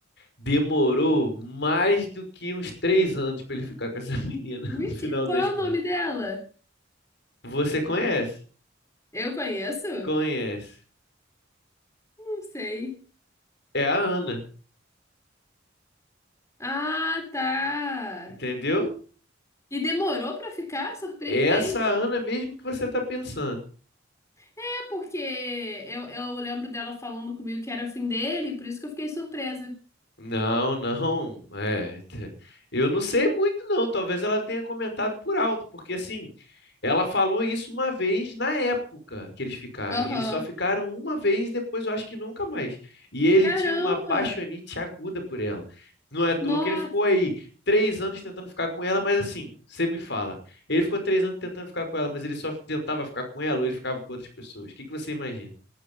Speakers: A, on the left; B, on the left.
A: demorou mais do que uns três anos para ele ficar com essa <laughs> menina,
B: Mentira.
A: no final
B: Qual
A: das
B: é
A: contas.
B: o nome dela?
A: Você conhece?
B: Eu conheço?
A: Conhece.
B: Não sei.
A: É a Ana,
B: Ah, tá.
A: entendeu?
B: E demorou pra ficar? Surpreendente.
A: É essa Ana mesmo que você está pensando.
B: É porque eu, eu lembro dela falando comigo que era fim dele, por isso que eu fiquei surpresa.
A: Não, não. É, <laughs> eu não sei muito, não. Talvez ela tenha comentado por alto, porque assim, ela falou isso uma vez na época que eles ficaram.
B: Aham.
A: E eles só ficaram uma vez, depois eu acho que nunca mais. E ele
B: Caramba!
A: tinha uma paixonite aguda por ela. Não é à toa
B: Nossa!
A: que ele ficou aí três anos tentando ficar com ela, mas assim, você me fala. Ele ficou três anos tentando ficar com ela, mas ele só tentava ficar com ela ou ele ficava com outras pessoas? O que que você imagina?